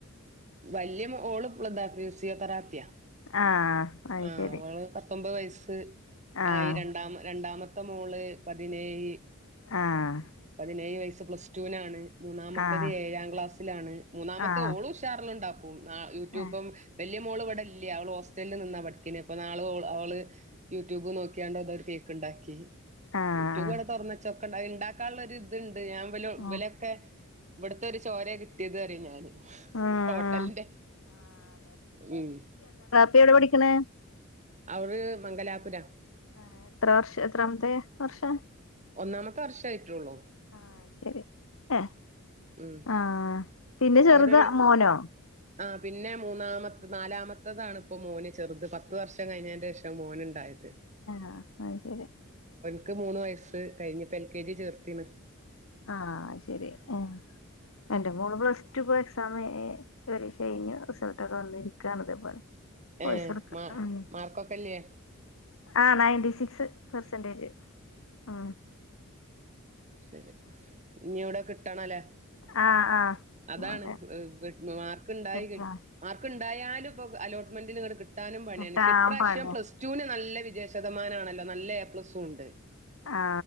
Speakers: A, on the right; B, on the left.
A: വല്യ ഓളപ്പതാ ഫിസിയോത്തറാപ്പിയാ
B: ആഹ് അത്
A: ആ
B: ശരി
A: അവള് പത്തൊമ്പത് വയസ്റ്റ് സ്
B: ആഹ്
A: ആ ഈ രണ്ടാമ രണ്ടാമത്തെ ത്തമോള് പതിനേഴ്
B: ആഹ്
A: പതിനേഴ് വയസ്സാ പ പ്ലസ്റ്റുവിനാണ് മൂന്നാമത്തത്
B: ആഹ്
A: ഏഴാം ക്ലാസ്സിലാണ് മൂന്നാമത്തെ
B: ആഹ്
A: ഓള് ഉഷാറിലുണ്ടാവും ആ യൂട്യൂബും
B: ആഹ്
A: വലിയ മോളിവിടില്ല്യ അവൾ ഹോസ് ഹോസ്റ്റലിൽ നിന്നാ പഠിക്കണ് അപ്പോ നാളെ ഓള് അവള് യൂട്യൂബ് നോക്കിയാണ്ട് അതൊരു കേക്ക് ഇണ്ടാക്കി.
B: ആഹ്
A: ഊട്ടി കൂടെ തുറന്നച്ചാ ഇണ്ടാക്കാനുള്ള ഒരു ഇത് ഞാൻ ഇവ
B: ഉം
A: ഇവലെയൊക്കെ ഇവിടത്തെ ഒരു ചോരേ കിട്ടിയത് പറയും ഞാന്
B: ഉം
A: ഹോട്ടലിന്റെ ഉം
B: കുട്ടി എവിടെ പഠിക്കണേ?
A: അവൾ മംഗലാപുരം.
B: ആ എത്ര വർഷം എത്രാമത്തെ വർഷാ?
A: ഒന്നാമത്തെ വർഷേ ആയിട്ടുള്ളു.
B: ആഹ് ശരി ഏ
A: ഉം
B: ആഹ് പിന്നെ ചെറുത്
A: അവരൊരു
B: മോനോ?
A: ആ പിന്നെ മൂന്നാമത്തെ നാലാമത്തതാണ് ഇപ്പോ മോന് ചെറുത് പത്ത് വർഷം കഴിഞ്ഞതിന്റെ ശേഷാ മോൻ ഉണ്ടായത്.
B: ആഹ് അയ്ശെരി.
A: ക്ക് മൂന്ന് വയസ് കഴിഞ്ഞപ്പോ എൽ കെ ജി ചേർത്തീണ്.
B: ആ അയ്ശെരി ഏ എന്റെ മോള് പ്ലസ് റ്റു പ്പെക്സ് സാമായി പരീക്ഷ കഴിഞ്ഞു റിസൾട്ടൊക്കെ വന്നിരിക്കാണ് ഇതേപോലെ പൈസ
A: ഏ
B: കൊട്ക്കാം
A: മാ
B: ഉം
A: മാർക്കൊക്കെല്ലേ
B: ആ നയന്റിസിക്സ് പേസെന്റേജ് ആ
A: ശരി ഇനി യൊവ്ടെ കിട്ടണല്ലേ
B: ആഹ് ആഹ്
A: അതാണ്
B: മോനെ
A: മാർക്ക്ണ്ടായി
B: കിട്ടാ
A: മാർക്ക് ണ്ടായാലും പ്പൊ അലോട്ട്മെന്റിന് ഇങ്ങട് ക് കിട്ടാനും പണിയാണ്
B: കിട്ടാൻ
A: ക്ഷെ ഇപ്രാവശ്യം
B: പണിയാ
A: പ്ലസ്ടൂന് നല്ലെ വിജയശതമാനാണല്ലോ നല്ല എപ്ലസുണ്ട്
B: ആ